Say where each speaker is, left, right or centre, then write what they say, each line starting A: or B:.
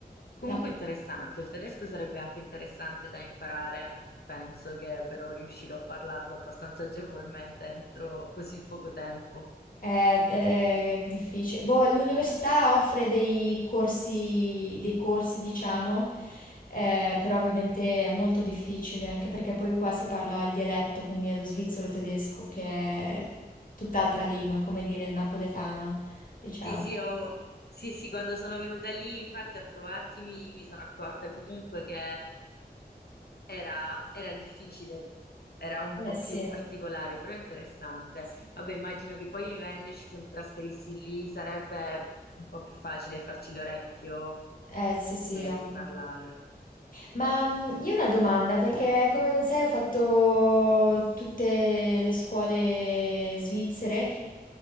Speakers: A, on the left; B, on the left.
A: Comunque
B: la-
A: interessante, il tedesco sarebbe anche interessante da imparare, non penso che però riuscirò a parlarlo abbastanza agevolmente entro così poco tempo.
B: è, è- è difficile. Boh, l'università offre dei corsi, dei corsi, diciamo, eh, però ovviamente è molto difficile, anche perché poi qua si parla il dialetto, quindi è lo svizzero tedesco, che è
A: Mm.
B: tutt'altra lingua, è come dire il napoletano, diciamo.
A: Sì, sì, ho- sì, sì, quando sono venuta lì, infatti, a trovarti mi, mi sono accorta comunque che era, era difficile, era un po'
B: Eh sì.
A: più particolare, però interessante.
B: Sì.
A: Vabbè, immagino che poi vivendoci, se mi trasferissi lì, sarebbe un po' più facile farci l'orecchio
B: Eh sì, sì,
A: e
B: ovvio.
A: parlare.
B: Ma mm, io ho una domanda, perché come ben sai ho fatto tutte le scuole svizzere